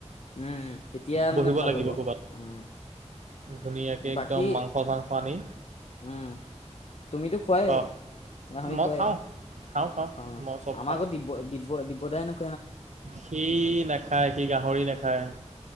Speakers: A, on the left (about 60°); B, on the right (about 90°).
A: উম, তেতিয়া
B: বহিব
A: মানে ভাল
B: লাগিব
A: হ'ব।
B: ক
A: উম।
B: ধুনীয়াকৈ একদম
A: বাকী
B: মাংস চাংস আনি।
A: উম। তুমিতো খুৱাই
B: অহ
A: গাহৰি
B: মই
A: খুৱাই
B: খাওঁ খাওঁ খাওঁ
A: খুৱ ন
B: মই চব
A: আমাকো
B: খাওঁ
A: দিব দ <inaudible>
B: সি নাখায় সি গাহৰি নাখায়।